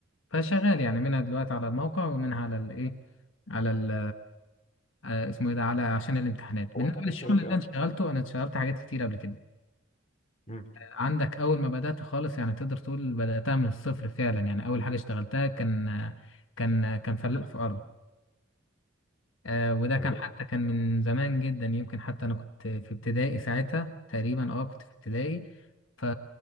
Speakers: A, on the left; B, on the left.
A: فشغال يعني منها دلوقتي على الموقع ومنها على الايه على ال آه، اسمه ايه ده على عشان الامتحانات
B: هو
A: بالنسبه
B: انت
A: للشغل
B: في شغلك ايه
A: اللي انا
B: اصلا
A: اشتغلته انا اشتغلت حاجات كتير قبل كده
B: مم.
A: عندك اول ما بدات خالص يعني تقدر تقول بداتها من الصفر فعلا يعني اول حاجه اشتغلتها كان كان كان فلاح في ارض آه وده
B: تمام
A: كان حتى كان من زمان جدا يمكن حتى انا كنت في ابتدائي ساعتها تقريبا اه كنت في ابتدائي ف